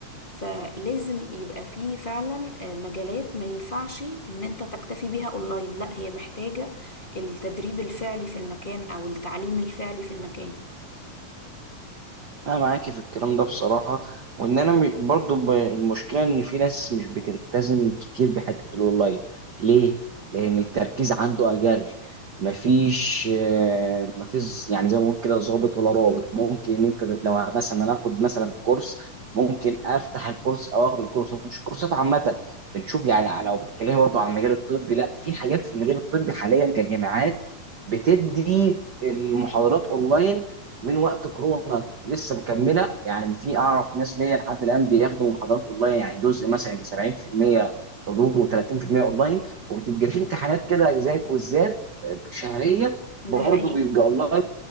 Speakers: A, on the left (about 20°); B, on the right (about 70°).
A: فلازم يبقى فيه فعلا آه، مجالات ما ينفعش ان انت تكتفي بيها اونلاين لا هي محتاجة التدريب الفعلي في المكان او التعليم الفعلي في المكان
B: انا معاكي في الكلام ده بصراحه وان انا م- برضو ب- المشكله ان في ناس مش بتلتزم كتير بحته الاونلاين ليه لان التركيز عنده اقل مفيش آه، مفيش يعني زي ما بنقول كده ظابط ولا رابط ممكن ان انت لو مثلا انا اخد مثلا كورس ممكن افتح الكورس او اخد الكورس مش كورسات عامه بنشوف يعني على- لو بتتكلمي برضو عن المجال الطبي لا في حاجات في المجال الطبي حاليا كجامعات بتدي المحاضرات اونلاين من وقت كورونا لسه مكمله يعني في اعرف ناس ليا لحد الان بياخدوا محاضرات اونلاين يعني جزء مثلا يجي 70% حضور و30% اونلاين وبتبقى في امتحانات كده زي كويزات آه، شهريه
A: ده
B: برضه
A: حقيقي
B: بيبقى اونلاين